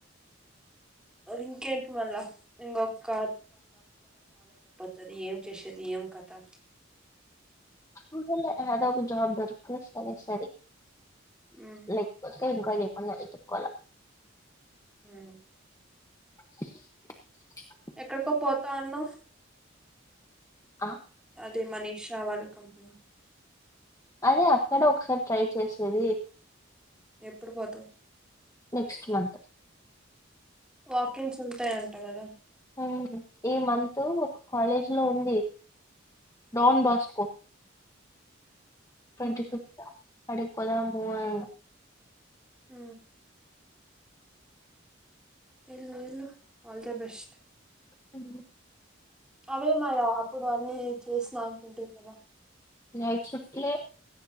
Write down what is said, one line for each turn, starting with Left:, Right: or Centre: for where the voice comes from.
Centre: ఇంకేంటి మళ్ళా ఇంకొక దాని ఏం చేశేది ఏం కథా
Left: చూసెల్లె హేదో ఒక జాబ్ దొరికితే సరే సరి
Centre: ఉం
Left: లేక్ పోతే ఇంకా ఏమన్న ఎత్తుక్కొల్లా
Centre: యె
Left: <unintelligible>
Centre: ఎక్కడికో పోతా అన్నవ్
Left: అ
Centre: అదే మనీషా వాళ్ళు కంపినీ
Left: అదే అక్కడ ఒకసార్ ట్రై చేసేది
Centre: ఎప్పుడు పోతావు
Left: నెక్స్ట్ మంత్
Centre: వాకింగ్స్ ఉంతా అంట కదా
Left: ఊ ఈ మంత్ ఒక కాలేజ్ లో ఉంది డౌన్ బాస్కో ట్వంటీ ఫిఫ్త్ అ అడిక్ పోదామూ అ
Centre: ఉ ఎళ్ళు ఎళ్ళు ఆల్ ద బెస్ట్
Left: వుంది
Centre: అవే మాయా అప్పుడు అన్నీ చేసినా అంటుంటువి కదా
Left: నైట్ షిఫ్ట్లే